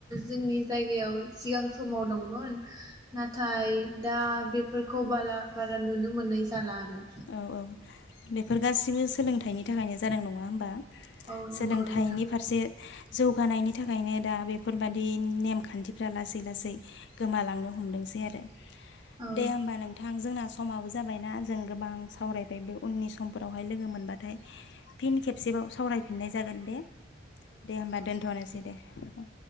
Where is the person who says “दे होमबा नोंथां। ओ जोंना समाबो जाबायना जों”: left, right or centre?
Left